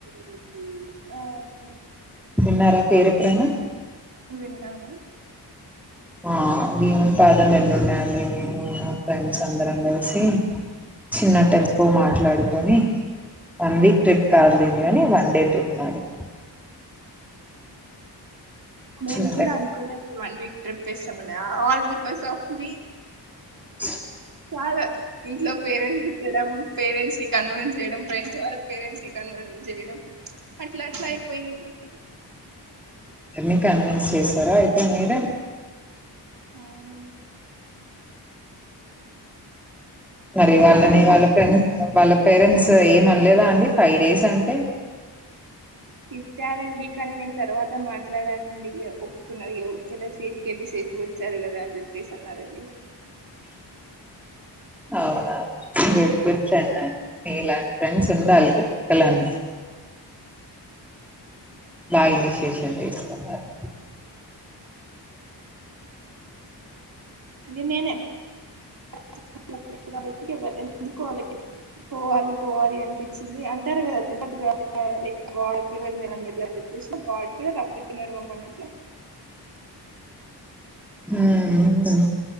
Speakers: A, on the right (about 55°); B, in the centre.
A: ఉమ్ ఆ
B: విన్నారా పేరు ఎప్పుడైనా?
A: విన్నాను
B: ఆ భీమ్ పాదం ఎల్లుండే అండి నేను నా ఫ్రెండ్స్ అందరం కలిసి, చిన్న టెంపో మాట్లాడుకొని వన్ వీక్ ట్రిప్ కాదులేండి కాని వన్ డే ట్రిప్ మాది.
A: నేను
B: చిన్న
A: కూడా
B: టెంపో
A: అనుకోలే అప్పుడు వన్ వీక్ ట్రిప్ వేస్తామని ఆల్ బికాస్ ఆఫ్ మీ
B: <inaudible>
A: చాలా ఇంట్లో పేరెంట్స్ తీట్టడం పేరెంట్స్ ని కన్విన్స్ చేయడం ఫ్రెండ్స్ వాళ్ళ పేరెంట్స్ ని కన్విన్స్ చేయ్యడం అట్లా అట్లా అయిపోయింది ట్రిప్.
B: అన్ని కన్విన్స్ చేశారా అయితే మీరు
A: అవునండి
B: మరి వాళ్ళని వాళ్ళ ఫ్రెండ్స్ వాళ్ళ పేరెంట్స్ ఏమనలేదా అండి ఫైవ్ డేస్ అంటే?
A: తిట్టారండి కానీ నేను తర్వాత మాట్లాడానండి. ఒప్పుకునది ఒకేలే సేఫ్ ఎల్లీ సేఫ్గా వచ్చారు కదా అని చెప్పేసి అన్నారండి.
B: అవునా గుడ్ గుడ్ <unintelligible> మీలాంటి ఫ్రెండ్స్ ఉండాలి ఒకలాన. బాగ ఇనిషేషన్ తీసుకున్నారు.
A: అది నేనే <unintelligible> <unintelligible> అందుకు అనేది పోవాలి పోవాలి అనిపించింది అంటారు కదా తిరుపతి గాడ్ ఆ లైక్ గాడ్ పిలువదే <unintelligible> అని చెప్పేసి, గాడ్ కూడా రప్పిస్తున్నాడు మమల్ని అట్లా.
B: ఉమ్ ఉమ్